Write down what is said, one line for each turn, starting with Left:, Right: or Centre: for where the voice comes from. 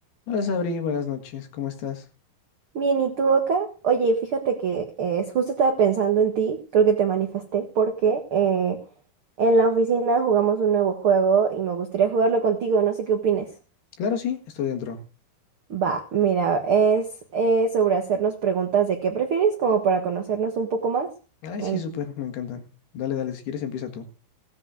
Left: Hola Sabri, buenas noches, ¿cómo estás?
Right: Bien, ¿y tú, Oka? Oye, fíjate que eh, justo estaba pensando en ti, creo que te manifesté, porque eh, en la oficina jugamos un nuevo juego y me gustaría jugarlo contigo, no sé qué opines.
Left: Claro, sí, estoy dentro.
Right: Va, mira, es eh, sobre hacernos preguntas de qué prefieres, como para conocernos un poco más.
Left: Ay,
Right: Entonces,
Left: sí, súper, me encantan. Dale, dale, si quieres empieza tú.